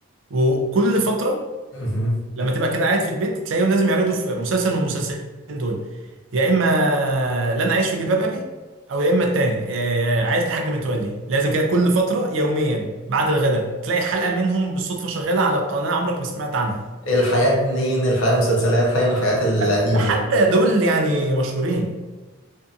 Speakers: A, on the right (about 60°); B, on the left (about 65°).
A: وكل فتره
B: مم.
A: لما تبقى كده قاعد في البيت تلاقيهم لازم يعرضوا في مسلسل من المسلسلين دول يا اما لن اعيش في جلباب ابي او يا اما التاني آه، عائله الحاج متولي لازم كده كل فتره يوميا بعد الغداء تلاقي حلقه منهم بالصدفه شغاله على قناه عمرك ما سمعت عنها
B: الحياة اتنين الحياة مسلسلات حاجة من الحاجات القديمة
A: لا ده حتى
B: دي
A: دول يعني مشهورين